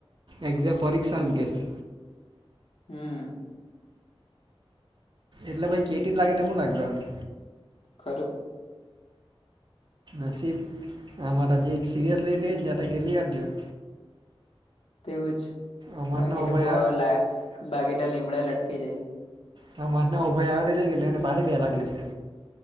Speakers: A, on the right; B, on the left.
A: એક્ઝામ પરીક્ષા એમ કેશે.
B: હમ્મ.
A: એટલે ભાઈ કેટીન લાગે તો હું લાગવાનું.
B: ખરું
A: નસીબ આમ તો જે સીયાસ લે તે જતા કેટલી વાર જોયો.
B: તેવું જ
A: અમારના
B: બાકી
A: અભય
B: તો <unintelligible>
A: આ
B: બાકી તો લીમડા લટકી જાય.
A: હ માથના અભય અવે તે જોઈ કે તેને પાહિ બે લાગ લી છે.